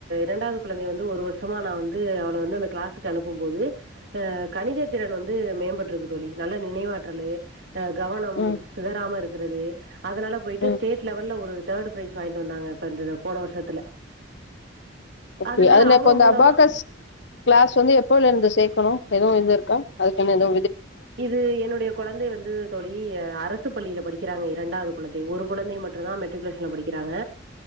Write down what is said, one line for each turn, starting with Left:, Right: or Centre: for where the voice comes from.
Right: ரெண்டாவது கொழந்தை வந்து ஒரு வருஷமா நா வந்து அவள வந்து அந்த கிளாஸுக்கு அனுப்பும் போது அ கணித திறன் வந்து மேம்பட்டுருக்கு தோழி நல்ல நினைவாற்றலு ஆ கவனம்
Left: ம்
Right: சிதறாம இருக்குறது அதனால போயிட்டு
Left: ம்
Right: ஸ்டேட் லெவல்ல ஒரு தேர்டு பிரைஸ் வாங்கிட்டு வந்தாங்க இப்ப இந்த போன வருஷத்துல
Left: ஓகே
Right: அதனால
Left: அதுல
Right: அவங்க
Left: இப்ப இந்த
Right: மூலமா
Left: அபாகஸ் கிளாஸ் வந்து எப்பல இருந்து சேக்கணு எதுவு இது இருக்கா அதுக்கு என்ன எது
Right: இது என்னுடைய கொழந்தை வந்து தோழி அ அரசு பள்ளில படிக்கிறாங்க இரண்டாவது கொழந்தை ஒரு கொழந்தை மட்டுந்தா மெட்ரிகுலேஷன்ல படிக்கிறாங்க